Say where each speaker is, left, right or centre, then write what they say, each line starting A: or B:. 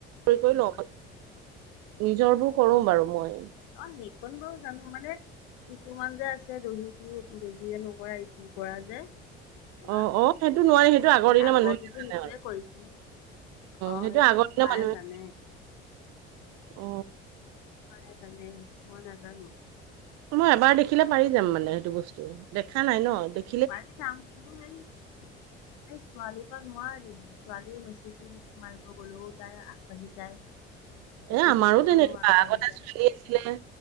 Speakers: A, on the right; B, on the left.
A: কৰি কৰি লও মই, ‌নিজৰ বোৰ কৰো বাৰু মই
B: অ সেইকণ বাৰু জানো মানে কিছুমান যে আছে দহিটো বেজিয়ে নকৰা ইটো কৰা যে বা
A: অ', অ', সেইটো নোৱাৰি সেইটো আগৰ দিনৰ
B: আগতেতো
A: মানুহে জানে
B: সেইটোৱে
A: আৰু
B: কৰিছিলে। অ
A: সেইটো
B: এইটো
A: আগৰ
B: সে
A: দিনৰ
B: মায়ে
A: মানুহে
B: জানে।
A: অ।
B: নাজানে সি, মই নাজানো।
A: মই এবাৰ দেখিলে পাৰি যাম মানে সেইটো বস্তু দেখা নাই ন। দেখ-
B: পাৰি যাম কিন্তু সেই সেই ছোৱালীৰ পৰা নোৱাৰিম ছোৱালীয়ে মেচিকি দি মাৰিব গলেও তাই আগবাঢ়ি যায়।
A: এ
B: ইটো
A: আমাৰো
B: কৰিব
A: তেনেকুৱা
B: গ'লেও আগবাঢ়ি
A: আগতে
B: যায়
A: ছোৱালী আছিলে।